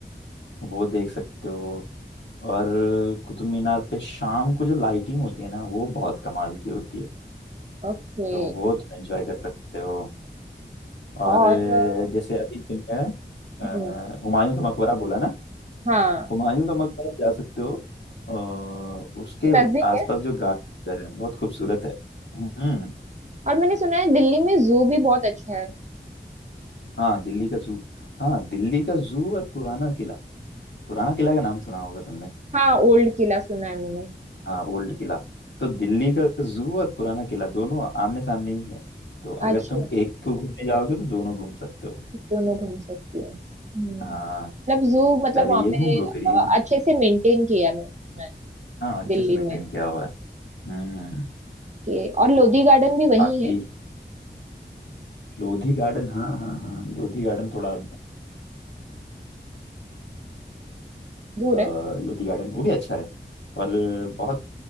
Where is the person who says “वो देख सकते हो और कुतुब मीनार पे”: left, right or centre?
Left